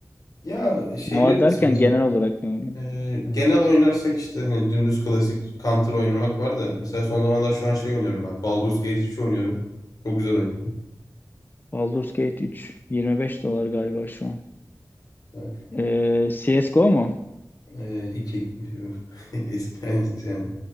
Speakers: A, on the left; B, on the left.
A: Ya şeyleri
B: Ne var
A: de
B: derken
A: seviyorum.
B: genel olarak ne oynuyor?
A: mesela e, genel oynarsak işte hani dümdüz klasik Counter oynamak var da mesela son zamanlar şu an şey oynuyorum ben. Baldur's Gate 3 oynuyorum. Çok güzel oyun.
B: Baldur's Gate 3 25 dolar galiba şu an.
A: Evet.
B: Ee, CSGO mu?
A: E, 2. <laughs> Eski aynısı yani.